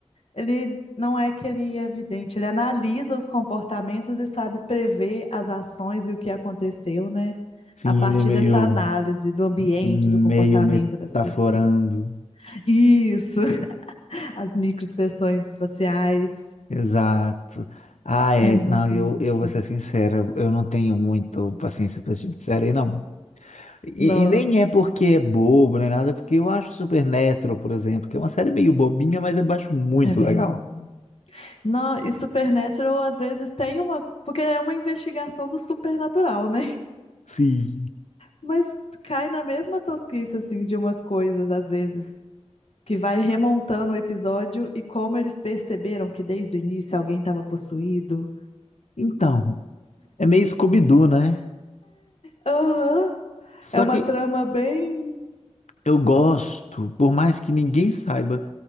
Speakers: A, on the left; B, on the left.
A: Ele não é que ele é vidente, ele analisa os comportamentos e sabe prever as ações e o que aconteceu, né?
B: Sim,
A: A partir
B: ele é meio,
A: dessa análise do ambiente,
B: meio
A: do comportamento
B: metaforando.
A: das pessoas. Isso! <laughs> As microexpressões faciais.
B: Exato. Ah, é.
A: É muito
B: Não, eu,
A: isso.
B: eu vou ser sincero, eu não tenho muito paciência para esse tipo de série, não. E,
A: Não,
B: e nem é porque é bobo, nem nada, é porque eu acho Supernatural, por exemplo, que é uma série meio bobinha, mas eu acho muito
A: é bem
B: legal.
A: bobo. Não, e Supernatural às vezes tem uma. Porque é uma investigação do supernatural, né?
B: Sim.
A: Mas cai na mesma tosquice, assim, de umas coisas, às vezes, que vai remontando o episódio e como eles perceberam que desde o início alguém estava possuído.
B: Então, é meio Scooby-Doo, né?
A: Aham,
B: Só
A: é uma
B: que
A: trama bem.
B: eu gosto, por mais que ninguém saiba,